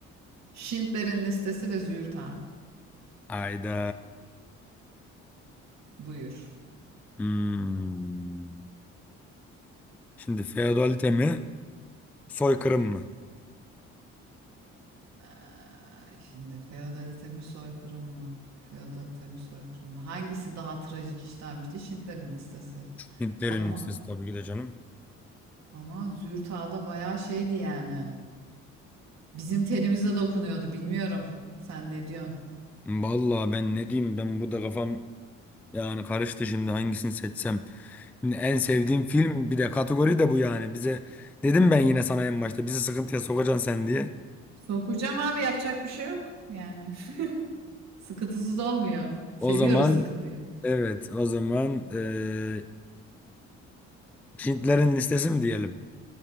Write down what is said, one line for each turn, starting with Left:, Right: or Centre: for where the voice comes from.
Right: Schindler'in listesi ve Züğürt Ağa.
Centre: Ayda.
Right: Buyur.
Centre: Hmm. Şimdi feodalite mi? Soykırım mı?
Right: Aa, şimdi feodalite mi soykırım mı? Feodalite mi soykırım mı? Hangisi daha trajik işlenmişti? Schindler'in listesi.
Centre: Hintlerin
Right: Ama
Centre: listesi tabii ki de canım.
Right: Ama Züğürt Ağa da bayağı şeydi yani. Bizim tenimize dokunuyordu bilmiyorum. Sen ne diyorsun?
Centre: Vallahi ben ne diyeyim ben bu da kafam yani karıştı şimdi hangisini seçsem. Şimdi en sevdiğim film bir de kategori de bu yani. Bize dedim ben yine sana en başta bizi sıkıntıya sokacaksın sen diye.
Right: Sokacağım abi yapacak bir şey yok. Yani <laughs> sıkıntısız olmuyor. Seviyoruz
Centre: O zaman
Right: sıkıntıyı.
Centre: evet o zaman eee Hintlerin listesi mi diyelim?